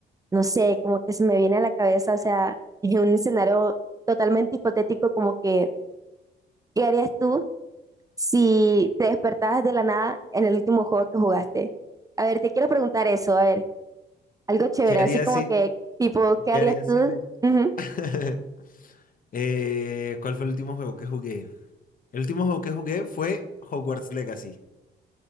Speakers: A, on the right; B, on the left.
A: no sé, como que se me viene a la cabeza, o sea, <laughs> en un escenario totalmente hipotético, como que, ¿qué harías tú si te despertabas de la nada en el último juego que jugaste? A ver, te quiero preguntar eso, a ver, algo chévere,
B: ¿Qué harías
A: así como
B: si,
A: que, tipo, ¿qué
B: qué
A: harías
B: harías
A: tú?
B: si me...
A: Ujú.
B: <laughs> Eh, ¿cuál fue el último juego que jugué? El último juego que jugué fue Hogwarts Legacy.